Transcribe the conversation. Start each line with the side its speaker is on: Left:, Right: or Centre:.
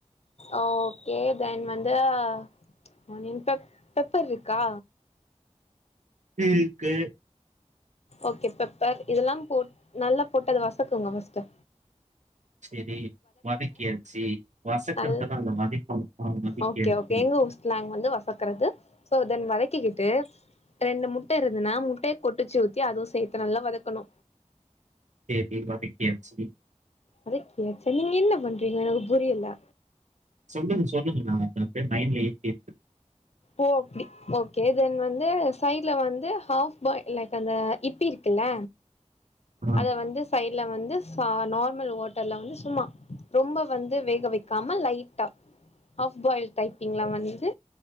Left: ஆ ஓகே தென் வந்து அ ஆனியன் பெப் பெப்பர் ருக்கா
Right: இருக்கு
Left: ஓகே பெப்பர் இதெல்லாம் போட் நல்லா போட்டு அது வசக்குங்க ஃபஸ்டு
Right: செரி வதக்கியாச்சு வசக்குறதுலா
Left: நல்
Right: இல்ல வதைக்கனு ஆ வதக்கியாச்சு
Left: ஓகே ஓகே எங்க ஊர் ஸ்லாங் வந்து வசக் சக்கறது சோ தென் வதக்கிக்கிட்டு ரெண்டு முட்ட இருந்துன்னா முட்டைய கொட்டுச்சு ஊ த்தி அதுவு சேத்து நல்லா வதக்கணு
Right: சேத்தி வதக்கியாச்சி
Left: வதக்கியாச்சா நீங்க என்ன பண்றீங்க எனக்கு புரியல
Right: சொல்லுங்க சொல்லுங்க நா அத அப்டே மைண்ட்ல ஏத்திட்டு
Left: ஓ அப்டி ஓகே தென் வந்து சைடுல வந்து ஹாஃப் பாய் லைக் அந்த இப்பி இருக்குல்ல
Right: இருக்கேன்.
Left: அத வந்து சைட்ல வந்து சா நார்மல் வாட் டர்ல வந்து சும்மா ரொம்ப வந்து வேக வைக்காம லைட்டா ஹாஃப் பாயில் டைப்பிங்ல வந்து